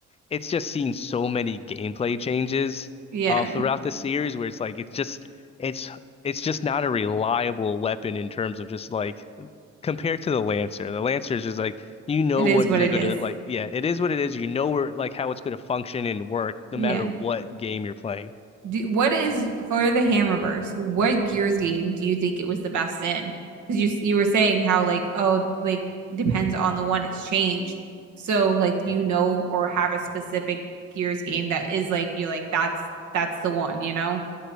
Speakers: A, on the left; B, on the right.
A: it's just seen so many gameplay changes
B: Yeah.
A: uh, throughout the series where it's like it's just it's it's just not a reliable weapon in terms of just like compared to the Lancer. The Lancer is just like you know
B: It is
A: what
B: what
A: you're
B: it
A: gonna
B: is.
A: like. Yeah, it is what it is. You know where like how it's gonna function and work no
B: Yeah.
A: matter what game you're playing.
B: Do, what is for the Hammerverse? What Gears game do you think it was the best in? Because you s- you were saying how like oh like it depends on the one it's changed. So like do you know or have a specific Gears game that is like you're like that's that's the one, you know?